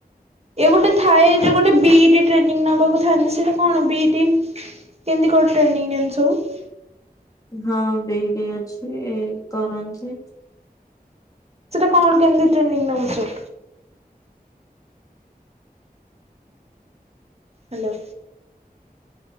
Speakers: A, on the right (about 40°); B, on the left (about 20°).
A: ଇଏ ଗୋଟେ ଥାଏ ଯୋଉ ଗୋଟେ ବି ଇ ଡି ଟ୍ରେନିଂ ନବାକୁ ଥାଆନ୍ତି ସେଇଟା କଣ ବି ଇ ଡି। କେମତି କଣ ଟ୍ରେନିଂ ନିଅନ୍ତି ସବୁ।
B: ହଁ ବି ଇ ଡି ଅଛି କରନ୍ତି।
A: ସେଇଟା କଣ କେମିତି ଟ୍ରେନିଂ ନଉଛ ହାଲୋ।